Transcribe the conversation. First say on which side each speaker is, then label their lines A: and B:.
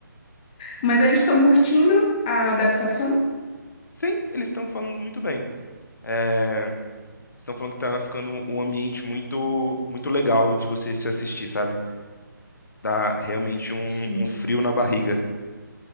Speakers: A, on the left; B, on the left.
A: Mas eles estão curtindo a adaptação?
B: Sim, eles estão falando muito bem. É, estão falando que tá ficando um ambiente muito, muito legal de você se assistir, sabe? Dá realmente um,
A: Sim.
B: um frio na barriga.